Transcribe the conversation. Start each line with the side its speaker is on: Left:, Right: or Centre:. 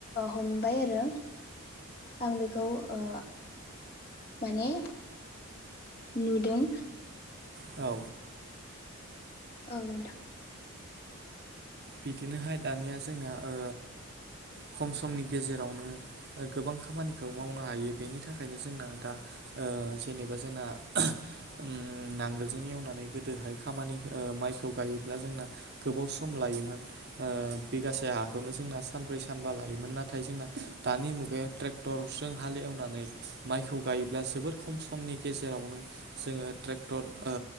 Left: हमबाय आरो। आं बेखौ ओ माने नुदों।
Right: औ।
Left: ओ नोंथां।
Right: बिदिनोहाय दानिया जोंना ओ खम समनि गेजेरावनो ओ गोबां खामानिखौ मावनो हायो बेनि थाखायनो जोंना दा ओ जेनोबा जोंना ओम नांगोलजों एवनानै गोदोहाय खामानि ओ माइखौ गायोब्ला जोंना गोबाव सम लायोमोन <unintelligible> ओ बिगासे हा खौनो जोंना सानब्रै सानबा लायोमोन नाथाय जोंना दानि मुगायाव ट्रेक्टरजों हाल एवनानै माइखौ गायोब्ला जोबोर खम समनि गेजेरावनो जोङो ट्रेक्टर ओ